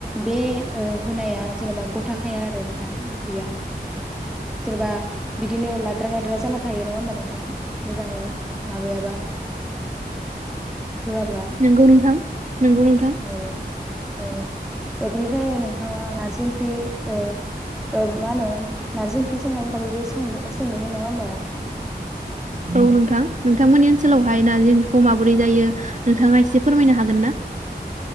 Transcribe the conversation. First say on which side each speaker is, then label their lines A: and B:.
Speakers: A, in the centre; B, on the right.
A: बे ओ होनाया जेनेबा गथाखाया आरो नोंथां ओंख्रिया सोरबा बिदिनो लाद्रा लाद्रा जाना थायो नङा होमबा नोंथां मोजाङै माबायाबा होआब्ला
B: नोंगौ नोंथां नोंगौ नोंथां
A: औ औ बिनिफ्राय नोंथाङा नारजि ओंख्रि ओ ओ मा होनो नारजि ओंख्रि संनायनि बारैबो सों सोंदोंमोन नङा होमबा
B: औ नोंथां नोंथांमोननि ओनसोलावहाय
A: औ
B: नारजि ओंख्रि खौ माबोरै जायो नोंथाङा एसे फोरमायनो हागोन ना